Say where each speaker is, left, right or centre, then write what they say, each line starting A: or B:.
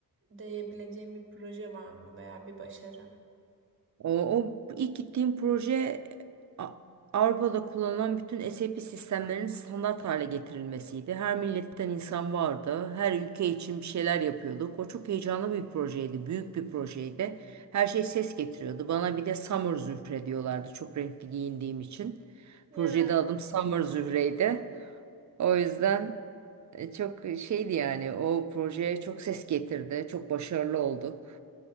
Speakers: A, on the right; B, on the right.
A: diyebileceğim bir proje var mı veya bir başarı?
B: O, o ilk gittiğim proje A- Avrupa'da kullanılan bütün SAP sistemlerinin standart hale getirilmesiydi. Her milletten insan vardı. Her ülke için bir şeyler yapıyorduk. O çok heyecanlı bir projeydi. Büyük bir projeydi. Her şey ses getiriyordu. Bana bir de Summer Zühre diyorlardı. Çok renkli giyindiğim için.
A: Ya.
B: Projede adım Summer Zühre'ydi. O yüzden e, çok şeydi yani o projeye çok ses getirdi. Çok başarılı olduk.